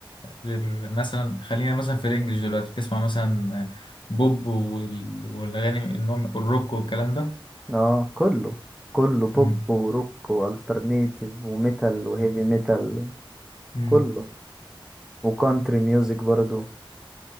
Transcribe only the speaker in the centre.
اه كله كله بوب
وروك والترنيتيف وميتال وهيفي
ميتال
كله وكانتري ميوزك برضو